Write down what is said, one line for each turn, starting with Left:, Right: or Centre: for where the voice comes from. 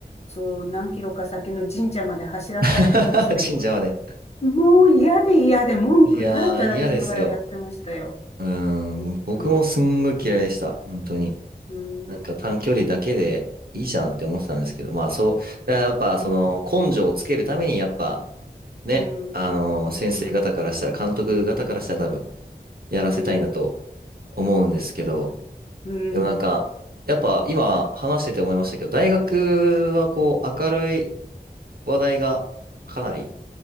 Left: そう、何キロか先の神社まで走らされるんですけど、
Right: <laughs> 神社まで。
Left: もう嫌で嫌で文句たらたら言いながらやってましたよ。
Right: いやー、嫌ですよ。うん。
Left: 本当に。
Right: 僕もすんごい嫌いでした。
Left: うん
Right: 本当に。
Left: うーん、
Right: なんか短距離だけでいいじゃんって思ってたんですけど、まあそう、やっぱその根性をつけるためにやっぱ
Left: うーん、
Right: ね、
Left: うーん、
Right: あの先生方からしたら、
Left: うーん、
Right: 監督方からしたら多分やらせたいんだと
Left: うーん、
Right: 思うんですけど、
Left: うーん、
Right: でもなんか、やっぱ今話してて思いましたけど、大学はこう明るい話題がかなり